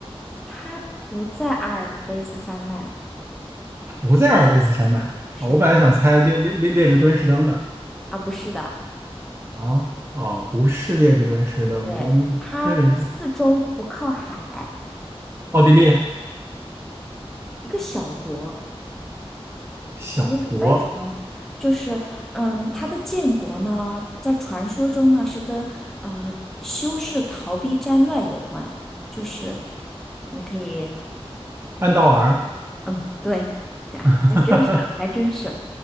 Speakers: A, in the centre; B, on the right.
A: 它不在阿尔卑斯山脉。
B: 不在阿尔卑斯山脉啊，
A: 是的，
B: 我本来想猜列列列列支敦士登的
A: 啊，不是的，
B: 啊。啊，不是列支敦士登，
A: 对，
B: 不是列支，
A: 它四周不靠海，
B: 奥地利
A: 一个小国，
B: 小国，
A: 一个非常 <laughs>，就是，嗯，它的建国呢，在传说中呢是跟呃修士逃避战乱有关，就是你可以。
B: 安道尔。
A: 嗯，对，对，还真是，
B: <laughs>
A: 还真是。